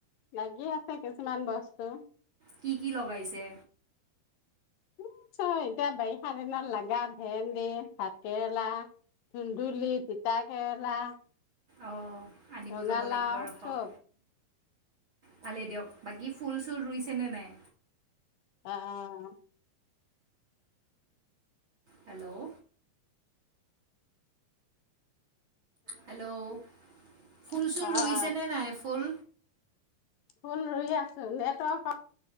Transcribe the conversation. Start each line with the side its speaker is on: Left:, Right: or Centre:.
Left: লাগি আছে কিছুমান বস্তু।
Right: কি কি লগাইছে?
Left: <unintelligible> এতিয়া বাৰিষা দিনত লাগা ভেন্দি, ভাতকেৰেলা ধুন্দুলি, তিতাকেৰেলা <unintelligible>
Right: অ'। আনিব
Left: ৰঙালাও
Right: যাব লাগিব ৰখক।
Left: চব।
Right: ভালে দিয়ক। বাকী ফুল চুল ৰুইছেনে নাই?
Left: অ'।
Right: Hello hello. ' ফুল
Left: অ'
Right: চুল ৰুইছে নে নাই? ফুল
Left: ফুল ৰুই আচো নেটৱক